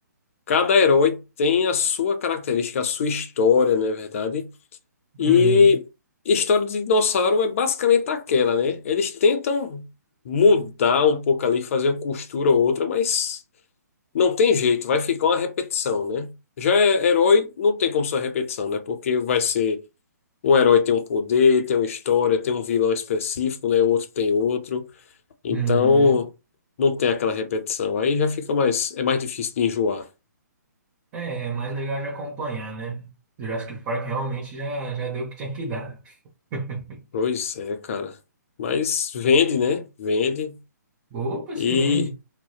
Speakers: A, on the left; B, on the right.
A: cada herói tem a sua característica, a sua história, não é verdade? E
B: Uhum.
A: história de dinossauro é basicamente aquela, né? Eles tentam mudar um pouco ali, fazer uma costura ou outra, mas não tem jeito, vai ficar uma repetição, né? Já é herói, não tem como ser uma repetição, né? Porque vai ser um herói tem um poder, tem uma história, tem um vilão específico, né? O outro tem outro. Então,
B: Uhum.
A: não tem aquela repetição. Aí já fica mais, é mais difícil de enjoar.
B: É, é mais legal de acompanhar, né? Jurassic Park realmente já, já deu o que tinha que dar. <laughs>
A: Pois é, cara. Mas vende, né? Vende.
B: Opa,
A: e
B: se vende.